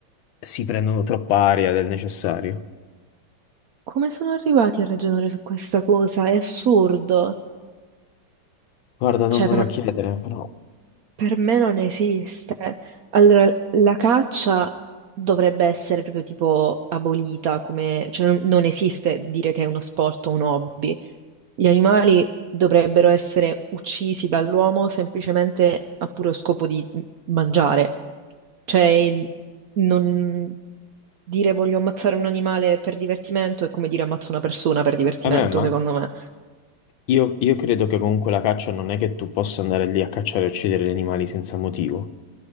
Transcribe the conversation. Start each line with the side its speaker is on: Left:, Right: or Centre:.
Left: si prendono troppa aria del necessario.
Right: Come sono arrivati a ragionare su questa cosa? È assurdo.
Left: Guarda, non
Right: Cioè,
Left: me
Right: per
Left: lo chiedere, però.
Right: Per me non esiste. Allora, la caccia dovrebbe essere proprio tipo abolita, come, cioè non, non esiste dire che è uno sport o un hobby. Gli animali dovrebbero essere uccisi dall'uomo semplicemente a puro scopo di mangiare. Cioè, non dire voglio ammazzare un animale per divertimento è come dire ammazzo una persona per divertimento,
Left: Vabbè, ma
Right: secondo me.
Left: io, io credo che comunque la caccia non è che tu possa andare lì a cacciare e uccidere gli animali senza motivo.